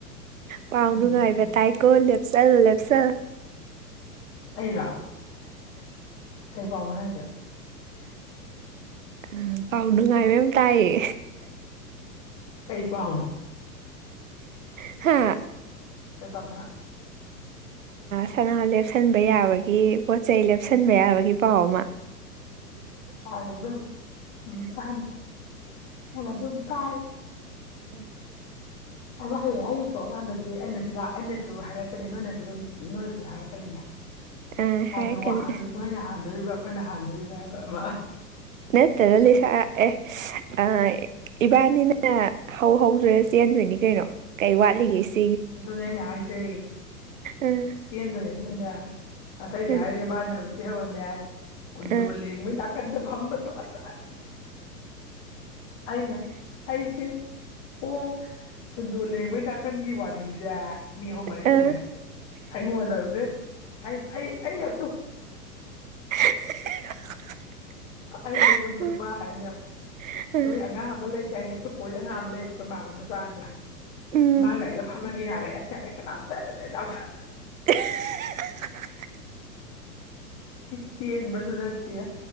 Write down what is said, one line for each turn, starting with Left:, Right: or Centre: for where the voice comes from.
Right: ꯄꯥꯎ
Left: ꯎꯝ
Right: ꯅꯨꯡꯉꯥꯏꯕ ꯇꯥꯏꯀꯣ ꯂꯦꯞꯆꯜꯂꯣ ꯂꯦꯞꯆꯜ
Left: ꯑꯩꯔꯥ ꯀꯩ ꯄꯥꯎꯅꯣ ꯍꯥꯏꯁꯦ
Right: ꯎꯝ ꯄꯥꯎ ꯅꯨꯡꯉꯥꯏꯕꯌꯥꯝ ꯇꯥꯏꯌꯦ
Left: ꯀꯩ ꯄꯥꯥꯎꯅꯣ
Right: ꯍꯥ
Left: ꯀꯩ ꯄꯥꯎꯅꯣꯕ
Right: ꯁꯅꯥ ꯂꯦꯞꯁꯟꯕ ꯌꯥꯕꯒꯤ ꯄꯣꯠ ꯆꯩꯩ ꯂꯦꯞꯁꯟꯕ ꯌꯥꯕꯒꯤ ꯄꯥꯎ ꯑꯃ
Left: ꯑꯣ ꯑꯔꯦꯕ ꯎꯝ ꯇ ꯑꯗꯨꯝ ꯇ
Right: ꯎꯝ
Left: ꯑꯗꯣ ꯍꯌꯦꯡ ꯑꯩꯒꯤ ꯊꯣꯛꯑꯀꯥꯟꯗꯗꯤ ꯑꯩꯅꯁꯨ ꯑꯩꯅꯁꯨ ꯍꯥꯏꯔꯛꯀꯅꯤ ꯅꯣꯏꯅꯁꯨ ꯑꯗꯨꯝ ꯅꯣꯏꯁꯨ ꯍꯥꯏꯔꯛꯀꯅꯤꯗ
Right: ꯑ ꯍꯥꯏꯔꯛꯀꯅꯤ
Left: ꯑꯗꯣ ꯋꯥꯍꯪꯁꯦ ꯅꯣꯏꯅ ꯍꯥꯟꯗꯣꯔꯤꯕ꯭ꯔꯥ ꯑꯩꯈꯣꯏꯅ ꯍꯥꯟꯗꯣꯔꯤꯕ꯭ꯔꯥ ꯍꯥꯏꯕ ꯑꯃ
Right: ꯅꯠꯇꯅ ꯂꯤ ꯁꯥ ꯑꯦ ꯑ ꯏꯕꯥꯅꯤꯅ ꯍꯧ ꯍꯧꯗ꯭ꯔꯁꯤ ꯆꯦꯟꯗꯣꯏꯅꯤ ꯀꯩꯅꯣ ꯀꯩ ꯋꯥꯠꯂꯤꯒꯦ ꯁꯤ
Left: ꯑꯗꯨꯅꯦ ꯑꯩꯅ ꯍꯥꯏꯖ
Right: ꯎꯝ
Left: ꯆꯦꯟꯗꯣꯏꯅꯦ ꯅꯣꯏꯅ ꯁꯥꯊꯩꯅꯦ
Right: ꯎꯝ
Left: ꯍꯥꯏꯔꯤꯗꯤ ꯃꯥꯅꯦ ꯍꯧꯖꯤꯛꯇꯤ ꯍꯧꯔꯅꯦ ꯀꯗꯜꯂꯤ
Right: ꯎꯝ
Left: ꯇꯀꯗ ꯐꯝꯕꯗꯨꯁ ꯑꯩꯅ ꯑꯩꯁꯦ ꯍꯣ ꯀꯨꯟꯗꯣ ꯂꯦꯡꯕꯩ ꯅꯥꯀꯟꯒꯤ ꯋꯥꯅꯤ ꯁꯦ ꯃꯤ ꯑꯍꯨꯝ ꯃꯔꯤ
Right: ꯎꯝ
Left: ꯁꯨꯔꯦ ꯑꯩꯉꯣꯟꯣꯟꯗꯩꯅ ꯍ
Right: <inaudible>
Left: ꯑꯩꯅ ꯑꯗꯨꯝ
Right: ꯎꯝ
Left: ꯑꯗꯨꯃ ꯍꯥꯏꯅꯤ
Right: ꯎꯝ
Left: ꯅꯣꯏ ꯑꯉꯥꯡ ꯑꯃ ꯂꯩꯇ ꯍꯥꯏꯅꯦ ꯑꯩꯈꯣꯏ ꯄꯣꯏ ꯑꯉꯥꯡ ꯑꯃ ꯂꯩꯕ ꯑꯩꯈꯣꯏ ꯃꯥꯩ ꯃꯆꯥꯒ
Right: ꯎꯝ
Left: ꯃꯥꯒ ꯑꯩꯒ ꯐꯝꯃꯒꯦ ꯌꯥꯔꯦ ꯑꯁꯦꯔ ꯀꯅꯥꯝ ꯇꯔ ꯌꯥ
Right: <inaudible>
Left: ꯁꯤꯤꯕꯁꯨꯅꯠꯇꯌꯥ